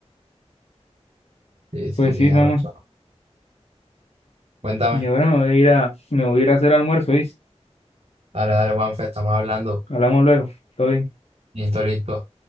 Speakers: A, on the right (about 60°); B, on the left (about 65°).
A: sí, sí,
B: Pues sí,
A: tienes
B: Samuel.
A: razón. Cuéntame.
B: Y ahora me voy a ir a, me voy a ir a hacer almuerzo, ¿oíste?
A: Dale, dale, Juanfe, estamos hablando.
B: Hablamos luego. Todo bien.
A: Listo, listo.